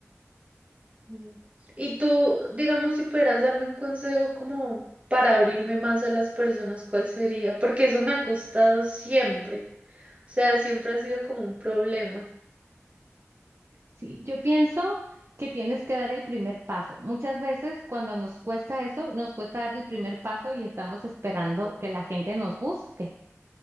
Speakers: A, on the right (about 30°); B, on the right (about 55°).
A: Sí. Y tú, digamos, si pudieras darme un consejo como para abrirme más a las personas, ¿cuál sería? Porque eso me ha costado siempre. O sea, siempre ha sido como un problema.
B: Sí, yo pienso que tienes que dar el primer paso. Muchas veces cuando nos cuesta eso, nos cuesta dar el primer paso y estamos esperando que la gente nos busque.